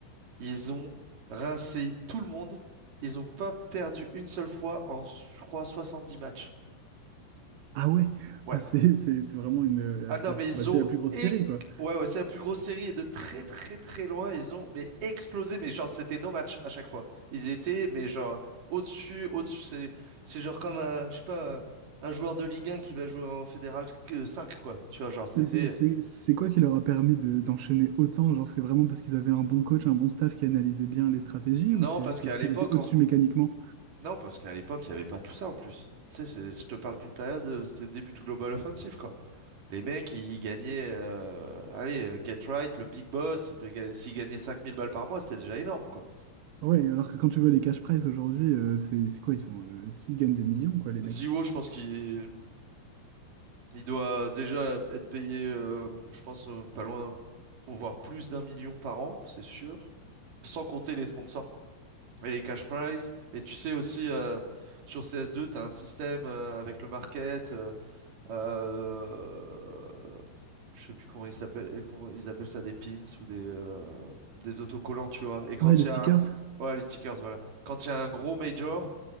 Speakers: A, on the right; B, on the right.
A: ils ont rincé tout le monde. Ils n'ont pas perdu une seule fois en, je crois, 70 matchs.
B: Ah ouais,
A: Ouais.
B: ah, c'est c'est- c'est vraiment une, euh,
A: Ah non,
B: la,
A: mais
B: la plus-
A: ils
B: bah, c'est
A: ont...
B: la plus grosse
A: éc-
B: série, quoi.
A: Ouais, ouais, c'est la plus grosse série et de très très très loin, ils ont mais explosé, mais genre c'était nos matchs à chaque fois. Ils étaient, mais genre au-dessus, au-dessus, c'est c'est genre comme un, je sais pas, un, un joueur de Ligue un qui va jouer en Fédéral que 5, quoi. Tu vois, genre c'était...
B: Mais c'est mais c'est- c'est quoi qui leur a permis de- d'enchaîner autant? Genre, c'est vraiment parce qu'ils avaient un bon coach, un bon staff qui analysait bien les stratégies,
A: Non,
B: ou c'est
A: parce
B: juste
A: qu'à
B: parce qu'ils
A: l'époque,
B: étaient au-dessus
A: en-
B: mécaniquement?
A: non, parce qu'à l'époque, il n'y avait pas tout ça en plus. Tu sais, c'est- je te parle d'une période, euh, c'était le début du Global Offensive, quoi. Les mecs, ils gagnaient, euh, allez, euh, Get Right, le Big Boss, ils devaient gagner- s'ils gagnaient 5000 balles par mois, c'était déjà énorme, quoi.
B: Ouais, alors que quand tu vois les cash prizes aujourd'hui, euh, c'est c'est quoi? Ils sont, euh, ils gagnent des millions, quoi, les
A: Ziwo,
B: mecs.
A: je pense qu'il il doit déjà être payé, euh, je pense, euh, pas loin, voire plus d'un million par an, c'est sûr. Sans compter les sponsors et les cash prizes. Et tu sais aussi, euh, sur CS2, tu as un système euh, avec le market. euh, euh, je sais plus comment ils s'appellent, comment ils appellent ça, des pins ou des, euh, des autocollants, tu vois. Et quand
B: Ouais, les
A: il
B: stickers.
A: y a un...
B: <laughs>
A: Ouais, les stickers, voilà. Quand il y a un gros major.